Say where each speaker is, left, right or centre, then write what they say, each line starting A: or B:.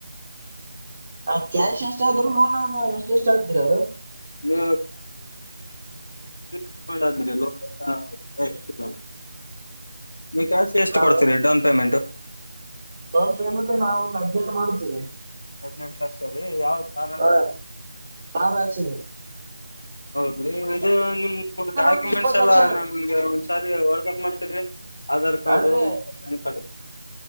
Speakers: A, on the right; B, on the left.
A: ಅ ಕ್ಯಾಶ್ ಎಷ್ಟಾದ್ರು ಲೋನ್ ಎಷ್ಟ ಎಷ್ಟ ಆದ್ರಿ ಅದು
B: ನೀವು <unintelligible> ನೀ ಕ್ಯಾಶ್ ಎಷ್ಟು
A: ನಾವ್
B: ಕೊಡ್ತೀರಿ ಡೌನ್ ಪೇಮೆಂಟ್.
A: ಡೌನ್ ಪೇಮೆಂಟ್ ನಾವು ಒಂದು ಆದಿನೆಂಟು ಮಾಡ್ತೇವಿ.
B: ಹದಿನೆಂಟು ಲಕ್ಷ ರೀ ಯಾವ. ತಾರ್
A: ಹ ಆರಚಲ್ಲ.
B: ಇ <unintelligible> ನಿಮ ಡಾಕ್ಯುಮೆಂಟ್ಸ್
A: ಒಂದ್ ಇಪ್ಪತ್
B: ಎಲ್ಲಾ
A: ಲಕ್ಷ
B: ನಮ್ಗೆ ಒಂದ್ಸರಿ ವಾಟ್ಸಪ್ ಮಾಡ್ತೀರಿ. ಆಧಾರ್ ಕಾರ್ಡು
A: ಅಲ್ ರಿ
B: ಪ್ಯಾನ್ ಕಾರ್ಡ್